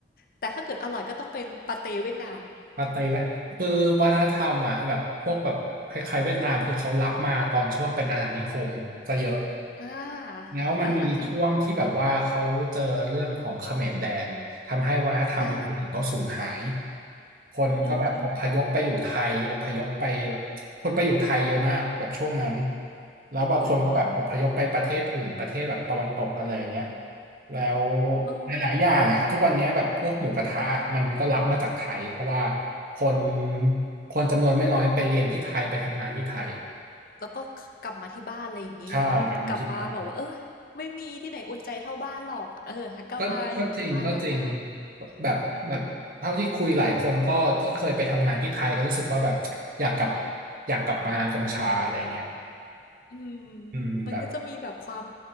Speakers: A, on the left (about 50°); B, on the right (about 50°).
A: แต่ถ้าเกิดอร่อยก็ต้องเป็นปาเต้เวียดนาม
B: ปาเต้ไหคือวัฒนธรรมอ่ะแบบพวกแบบคล้ายๆเวียดนามคือเขารับมาตอนช่วงเป็นอาณานิคมซะเยอะ
A: อ่า
B: แล้วมันมีช่วงที่แบบว่าเขาเจอเรื่องของเขมรแดงทำให้วัฒนธรรมหลายอย่างก็สูญหาย
A: อ่าอ่าอ่าอ่า
B: คนก็แบบอพยพไปอยู่ไทยอพยพไปแบบคนไปอยู่ไทยเยอะมากแบบช่วงนั้น
A: อืมอืม
B: แล้วบางคนก็แบบอพยพไปประเทศอื่นประเทศแบบตะวันตกอะไรอย่างเงี้ย
A: อืม
B: แล้ว
A: อ๋อ
B: หลายๆอย่างอะทุกวันเนี้ยแบบพวกหมูกระทะมันก็รับมาจากไทยเพราะว่าคนคนจำนวนไม่น้อยไปเรียนที่ไทยไปทำงานที่ไทย
A: แล้วก็ขกลับมาที่บ้านอะไรอย่างงี้เนาะกลับมาแบบว่าเออ
B: ใช่กลับมาที่บ้าน
A: ไม่มีที่ไหนอุ่นใจเท่าบ้านหรอกเอองั้นก็มาอยู่ที่บ้านแล้วกัน
B: ก็ก็จริงก็จริงแบบแบบเท่าที่คุยหลายคนก็ที่เคยไปทำงานที่ไทยก็รู้สึกว่าแบบอยากกลับ
A: อืม
B: อยากกลับมากัมพูชาอะไรเงี้ย
A: อืม
B: อืมแบบ
A: มันก็จะมีแบบความ